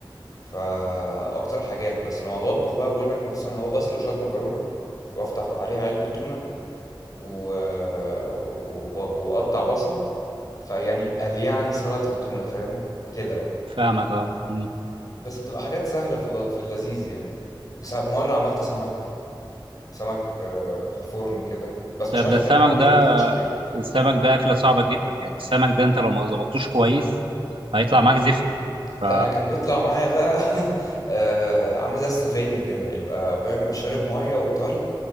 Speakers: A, on the left (about 45°); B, on the right (about 85°).
A: فاكتر حاجات بس لما بطبخ بقى بقول لك مثلا هو بسلق شويه مكرونه وافتح عليها علبه تونه و... وب... واقطع بصل فيعني قال يعني سلطه التونه فاهم كده بقى
B: فاهمك اه مم.
A: بس بتبقى حاجات سهله في, الل... في اللذيذ يعني وسا- مره عملت سمك سمك آه، في الفرن كده بس
B: طب
A: مش عارف
B: ده السمك
A: كان نوعه ايه
B: ده
A: ما تضحكش عليه
B: السمك ده اكله صعبه جدا يعني السمك ده انت لو ما ظبطتوش كويس هيطلع معاك زفر ف
A: لا انا كان بيطلع معايا بقى <laughs> آه، عامل زي السفنج كده يبقى فاهم شارب ميه وطري